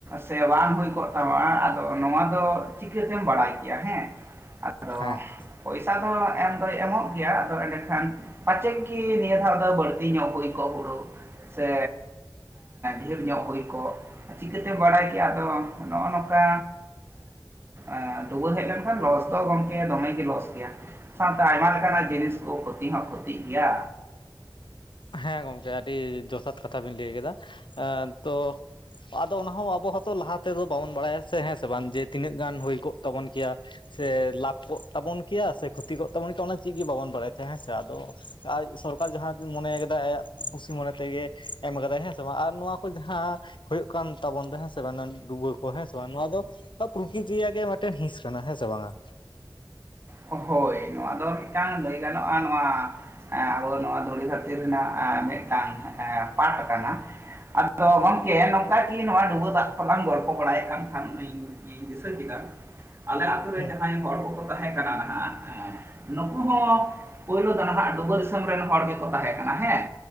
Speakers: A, on the right (about 30°); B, on the left (about 75°).
A: ᱥᱮ ᱵᱟᱝ ᱦᱩᱭ ᱠᱚᱜ ᱛᱟᱢᱟ ᱟᱫᱚ ᱱᱚᱣᱟ ᱫᱚ ᱪᱤᱠᱟᱹᱛᱮᱢ ᱵᱟᱲᱟᱭ ᱠᱮᱭᱟ ᱦᱮᱸ ᱟᱫᱚ
B: ᱦᱮᱸ ᱼ
A: ᱯᱚᱭᱥᱟ ᱫᱚ ᱮᱢ ᱫᱚᱭ ᱮᱢᱚᱜ ᱜᱮᱭᱟ ᱟᱫᱚ ᱮᱸᱰᱮᱠᱷᱟᱱ ᱯᱟᱪᱮᱫ ᱜᱤ ᱱᱤᱭᱟᱹ ᱫᱷᱟᱣ ᱫᱚ ᱵᱟᱹᱲᱛᱤ ᱧᱚᱜ ᱦᱩᱭ ᱠᱚᱜ ᱦᱳᱲᱳ ᱥᱮ ᱰᱷᱮᱨ ᱧᱚᱜ ᱦᱩᱭ ᱠᱚᱜ ᱪᱤᱠᱟᱹ ᱛᱮᱢ ᱵᱟᱲᱟᱭ ᱠᱮᱭᱼᱟ ᱟᱫᱚ ᱱᱚᱜᱼᱚ ᱱᱚᱝᱠᱟ ᱮᱻ ᱰᱩᱵᱟᱹ ᱦᱮᱡ ᱞᱮᱱᱠᱷᱟᱱ ᱞᱚᱥ ᱫᱚ ᱜᱚᱝᱠᱮ ᱫᱚᱢᱮ ᱜᱮ ᱞᱚᱥ ᱜᱮᱭᱟ ᱾ ᱥᱟᱶᱛᱮ ᱟᱭᱢᱟ ᱞᱮᱠᱟᱱᱟᱜ ᱡᱤᱱᱤᱥ ᱠᱚ ᱠᱷᱚᱛᱤ ᱦᱚᱸ ᱠᱷᱚᱛᱤᱜ ᱜᱮᱭᱟ
B: ᱦᱮᱸ ᱜᱚᱝᱠᱮ ᱟᱹᱰᱤ ᱡᱚᱛᱷᱟᱛ ᱠᱟᱛᱷᱟ ᱵᱤᱱ ᱞᱟᱹᱭ ᱠᱮᱫᱟ ᱮ ᱛᱚ ᱟᱫᱚ ᱚᱱᱟ ᱦᱚᱸ ᱟᱵᱚ ᱦᱚᱸ ᱛᱚ ᱞᱟᱦᱟ ᱛᱮᱫᱚ ᱵᱟᱵᱚᱱ ᱵᱟᱲᱟᱭᱟ ᱥᱮ ᱦᱮᱸ ᱥᱮ ᱵᱟᱝ ᱡᱮ ᱛᱤᱱᱟᱹᱜ ᱜᱟᱱ ᱦᱩᱭ ᱠᱚᱜ ᱛᱟᱵᱚᱱ ᱠᱮᱭᱟ? ᱥᱮ ᱞᱟᱵᱷ ᱠᱚᱜ ᱛᱟᱵᱚᱱ ᱠᱮᱭᱟ ᱥᱮ ᱠᱷᱚᱛᱤ ᱠᱚᱜ ᱛᱟᱵᱚᱱ ᱠᱮᱭᱟ ᱚᱱᱟ ᱪᱤᱜ ᱜᱤ ᱵᱟᱵᱚᱱ ᱵᱟᱲᱟᱭ ᱛᱟᱦᱮᱸᱜ ᱦᱮᱸ ᱥᱮ ᱟᱫᱚ ᱟᱡ ᱥᱚᱨᱠᱟᱨ ᱡᱟᱦᱟᱸ ᱢᱚᱱᱮ ᱠᱟᱫᱟᱭ ᱟᱭᱟᱜ ᱠᱩᱥᱤ ᱢᱚᱱᱮ ᱛᱮᱜᱮ ᱮᱢ ᱠᱟᱫᱟᱭ ᱦᱮᱸ ᱥᱮ ᱵᱟᱝ ᱟᱨ ᱱᱚᱣᱟ ᱠᱚ ᱡᱟᱦᱟᱸ ᱦᱳᱭᱳᱜ ᱠᱟᱱ ᱛᱟᱵᱚᱱ ᱫᱚ ᱦᱮᱸ ᱥᱮ ᱵᱟᱝ ᱰᱩᱵᱟᱹ ᱠᱚ ᱦᱮᱸ ᱥᱮ ᱵᱟᱝ ᱱᱚᱣᱟ ᱫᱚ ᱯᱨᱚᱠᱤᱛᱤᱭᱟᱜ ᱜᱮ ᱢᱤᱫᱴᱮᱱ ᱦᱤᱸᱥ ᱠᱟᱱᱟ ᱦᱮᱸ ᱥᱮ ᱵᱟᱝᱼᱟ?
A: ᱦᱳᱭ ᱾ ᱱᱚᱣᱟ ᱫᱚ ᱢᱤᱜᱴᱟᱝ ᱞᱟᱹᱭ ᱜᱟᱱᱚᱜᱼᱟ ᱱᱚᱣᱟ ᱮ ᱟᱵᱚ ᱱᱚᱣᱟ ᱫᱷᱩᱲᱤ ᱫᱷᱟᱹᱨᱛᱤ ᱨᱮᱱᱟᱜ ᱢᱤᱜᱴᱟᱝ ᱯᱟᱴᱷ ᱠᱟᱱᱟ ᱾ ᱟᱫᱚ ᱜᱚᱢᱠᱮ ᱱᱚᱝᱠᱟ ᱠᱤ ᱱᱚᱣᱟ ᱰᱩᱵᱟᱹ ᱫᱟᱜ ᱠᱚᱞᱟᱝ ᱜᱚᱞᱯᱚ ᱵᱟᱲᱟᱭᱮᱫ ᱠᱟᱱ ᱠᱷᱟᱱ ᱤᱧ ᱫᱤᱥᱟᱹ ᱠᱮᱫᱟ ᱟᱞᱮ ᱟᱛᱳ ᱨᱮ
B: ᱦᱩᱸ
A: ᱡᱟᱦᱟᱸᱭ ᱦᱚᱲ ᱠᱚ ᱠᱚ ᱛᱟᱦᱮᱸ ᱠᱟᱱᱟ ᱱᱟᱸᱦᱟᱜ ᱱᱩᱠᱩ ᱦᱚᱸ ᱯᱳᱭᱞᱳ ᱫᱚ ᱱᱟᱦᱟᱜ ᱰᱩᱵᱟᱹ ᱫᱤᱥᱚᱢ ᱨᱮᱱ ᱦᱚᱲ ᱜᱮᱠᱚ ᱛᱟᱦᱮᱸ ᱠᱟᱱᱟ ᱦᱮᱸ